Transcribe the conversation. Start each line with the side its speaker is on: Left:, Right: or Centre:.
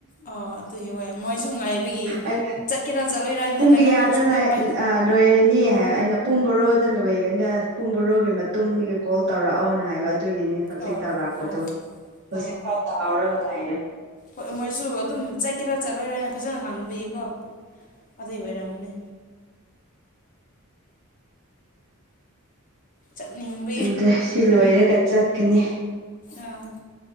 Left: ꯑꯣ ꯑꯗꯨꯏ ꯍꯣꯏ ꯃꯣꯏꯁꯨ ꯉꯥꯏꯕꯒꯤ
Right: ꯑꯩꯅ
Left: ꯆꯠꯀꯦꯔꯥ ꯆꯠꯂꯣꯏꯔꯥꯅ
Right: ꯄꯨꯡ
Left: ꯀꯩꯅꯣ
Right: ꯀꯌꯥꯗ
Left: ꯅꯪꯁꯨ ꯄꯤꯛ ꯄꯥꯏꯈꯠ
Right: ꯂꯣꯏꯔꯅꯤ ꯑꯩꯅ ꯄꯨꯡ ꯕꯣꯔꯣꯗ ꯂꯣꯏꯒꯅꯤ ꯄꯨꯡ ꯕꯣꯔꯣꯒꯤ ꯃꯇꯨꯡꯗꯒꯤ ꯀꯣꯜ ꯇꯧꯔꯛꯑꯣꯅ ꯍꯥꯏꯕ ꯑꯗꯨꯒꯤꯅꯤ ꯍꯧꯖꯤꯛ
Left: ꯑꯣ
Right: ꯇꯧꯔꯥꯛꯄꯗꯣ
Left: ꯑꯣ
Right: ꯍꯧꯖꯤꯛꯐꯥꯎ
Left: ꯑꯣ
Right: ꯇꯥꯎꯔꯒ ꯂꯥꯛꯔꯦ
Left: ꯍꯣꯏ ꯃꯣꯏꯁꯨ ꯑꯗꯨꯝ ꯆꯠꯀꯦꯔꯥ ꯆꯠꯂꯣꯏꯔꯥꯅ ꯐꯖꯅ ꯈꯥꯡꯗꯕꯌꯦꯀꯣ ꯑꯗꯨꯒꯤ ꯑꯣꯏꯔꯝꯅꯦ ꯆꯠꯅꯤ
Right: ꯑꯗ ꯁꯤ ꯂꯣꯏꯔꯒ ꯆꯠꯀꯅꯤ
Left: ꯑꯥ